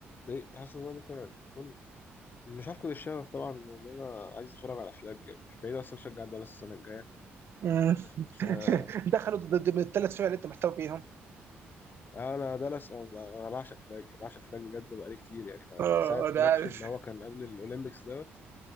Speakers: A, on the left (about 40°); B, on the right (about 55°).
A: ضايقت حاسس ان انا ممكن اكون مش هفقد الشغف طبعا ان انا عايز اتفرج على افلام يعني مش بعيد اصلا اشجع دالاس السنه الجايه
B: مم.
A: بس
B: <laughs>
A: آه،
B: دخلوا ضد ضد- بالثلاث فرق اللي انت محتوى فيهم
A: انا دالاس انا أنا بعشق فلاج بعشق فلاج بجد بقالي كتير يعني
B: اه
A: ساعه
B: ده
A: ماتش
B: عارف
A: اللي هو كان قبل الاولمبيكس دوت